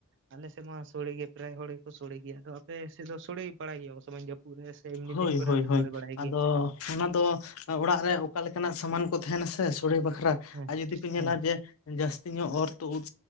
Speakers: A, on the right (about 55°); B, on the left (about 70°).
A: ᱟᱞᱮ ᱥᱮᱫ ᱢᱟ ᱥᱚᱲᱮ ᱜᱮ ᱯᱨᱟᱭ ᱦᱚᱲ ᱜᱮᱠᱚ ᱥᱚᱲᱮ ᱜᱮᱭᱟ ᱟᱫᱚ ᱟᱯᱮ ᱥᱮᱫ ᱫᱚ ᱥᱚᱲᱮ ᱵᱟᱲᱟᱭ ᱜᱮᱭᱟ ᱠᱚ ᱥᱮ ᱵᱟᱝ ᱡᱟᱯ ᱯᱩᱨᱟᱹ ᱥᱮ ᱮᱢᱱᱤ
B: ᱦᱳᱭ
A: ᱫᱤᱱ ᱠᱚᱨᱮ
B: ᱦᱳᱭ
A: <unintelligible>
B: ᱦᱳᱭ
A: ᱵᱟᱲᱟᱭ
B: ᱟᱫᱚ
A: ᱜᱮᱭᱟ
B: ᱚᱱᱟ ᱫᱚ ᱚᱲᱟᱜ ᱨᱮ ᱚᱠᱟ ᱞᱮᱠᱟᱱᱟᱜ ᱥᱟᱢᱟᱱ ᱠᱚ ᱛᱟᱦᱮᱱᱟ ᱥᱮ ᱥᱳᱲᱮ ᱵᱟᱠᱷᱨᱟ
A: ᱦᱮᱸ
B: ᱟᱨ ᱡᱩᱫᱤ ᱯᱮ ᱧᱮᱞᱟ
A: ᱦᱮᱸ
B: ᱡᱮ ᱡᱟᱹᱥᱛᱤ ᱧᱚᱜ ᱚᱨ ᱛᱩᱫ